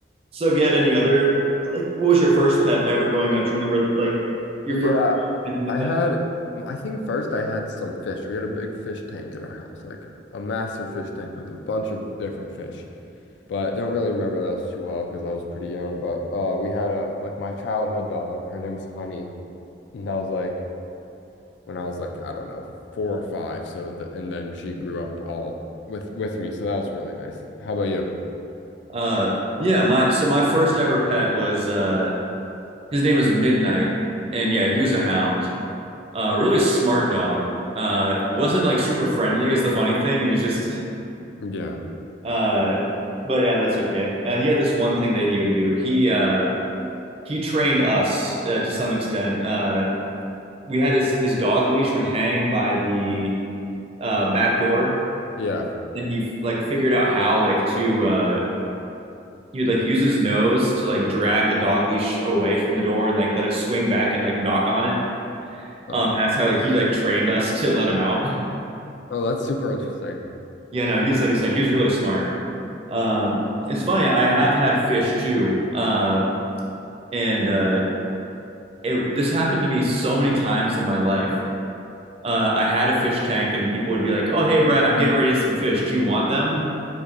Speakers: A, on the right; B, on the left.
A: So, have you had any other like, what was your first pet ever growing up? Do you remember like your
B: Yeah,
A: first anything like
B: I
A: that?
B: had I think first I had some fish. We had a big fish tank in our house, like a massive fish tank with a bunch of different fish. But don't really remember those too well because I was pretty young. But uh, we had a like my childhood dog. Her name was Honey, and that was like when I was like I don't know four or five. So the, and then she grew up all with with me. So that was really nice. How about you?
A: Uh, yeah, my so my first ever pet was uh his name was Midnight, and yeah, he was a hound. Uh, really smart dog. Uh, wasn't like super friendly is the funny thing. He was just
B: Yeah,
A: <laughs> uh, but yeah, that's okay. Uh, he had this one thing that he would do. He uh he trained us uh, to some extent. Uh, we had his his dog leash would hang by the uh back door,
B: yeah.
A: and he like figured out how like to uh he would like use his nose to like drag the dog leash away from the door and like let it swing back and like knock on it.
B: Oh,
A: Um, that's how he like trained us to let him out. <laughs>
B: oh, that's super interesting.
A: Yeah, no, he's like I said, he was really smart. Um, it's funny, I have had fish too, uh, and uh, it, this happened to me so many times in my life. Uh, I had a fish tank, and people would be like, "Oh, hey, Brett, I'm getting ready to get some fish. Do you want them?"